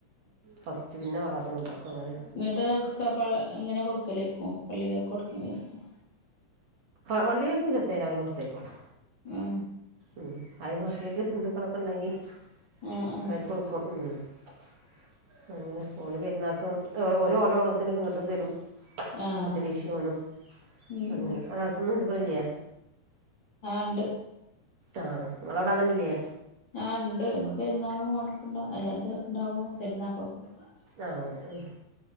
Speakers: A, on the right; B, on the left.
A: ഫസ്റ്റ് പിന്നെ വറാത്തിന ഉണ്ടാക്കും. അങ്ങനെയാണ്
B: ഇങ്ങോട്ട് എടുക്കുക പ എങ്ങനെ കൊടുക്കലേക്കുവോ പള്ളികൾക്കെ കൊടുക്കുമെങ്കിലക്കാഅൽ
A: വള്ളിയൊക്കീരത്തേന അവോടുത്തേക്കോളും
B: ഉം
A: ഉം അവരെ പരിചയത്തി ഹിന്ദുക്കളൊക്കെ ഉണ്ടെങ്കി <unintelligible>
B: ആഹ് ആഹ്
A: അങ്ങനെ ഓര് പെരുന്നാക്കും ഓരോ ഓണത്തിനൊക്കെ ഇങ്ങട്ടും തരും
B: ആഹ്
A: മറ്റേ വിഷുവിനും
B: ഉം
A: അങ്ങനെ
B: ഉം
A: ആഹ് ഇവിടടുത്തെങ്ങും ഇതുപോലെയില്ല
B: ആഹ് ഒണ്ട്
A: ആഹ് നിങ്ങളവിടെ അങ്ങനില്ലേ
B: ഞാ ഉണ്ട് അമ്മള് പെരുന്നാളും ഓണക്കുണ്ടോ അല്ലെ അത്ണ്ടാവുമ്പോ പെരുന്നാൾക്കോ കൊടുക്കും
A: ആഹ് അങ്ങനെ